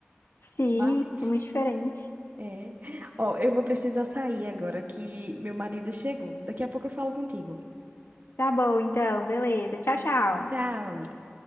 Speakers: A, on the left; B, on the right.
A: sim,
B: Mas,
A: é muito diferente.
B: é. Ó, eu vou precisar sair agora que meu marido chegou. Daqui a pouco eu falo contigo.
A: Tá bom, então, beleza. Tchau, tchau.
B: Tchau, amiga.